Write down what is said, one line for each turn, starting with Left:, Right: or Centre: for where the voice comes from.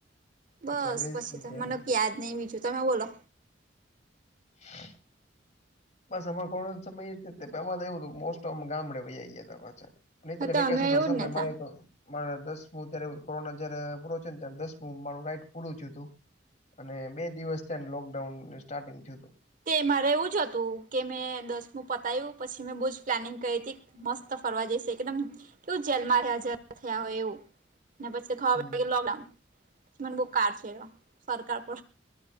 Right: બસ!
Left: અત્યારે રીલ્સ
Right: પછી
Left: ની
Right: તો
Left: છે એમ.
Right: મને યાદ નહી બીજું તમે બોલો.
Left: <inaudible> બસ અમા થોડોક સમયમાં તો એવું મોસ્ટ ઓફ ગામડે બધાં વયા ગયાતા પાછા. નહીતર
Right: હા તમે
Left: વેકેશનના
Right: એવું
Left: સમયમાએ
Right: જ ને તા
Left: તો મારે દસમું ત્યારે કોરોના જયારે પૂરો છે ને ત દસમું મારું રાઈટ પૂરું થયુતું. અને બે થયા ને લોકડાઉન સ્ટાર્ટિંગ થયુતું.
Right: તે મારે એવું જ હતું કે મેં દસમું પતાયું પછી મેં બહુ જ પ્લાનિંગ કરી હતી. મસ્ત ફરવા જઈશે એકદમ કેવું જેલમાં હાજ થયા હોય એવું ને પછી ખવા
Left: હમ
Right: પ લકડાઉન બ કાળછે એ ર સરકાર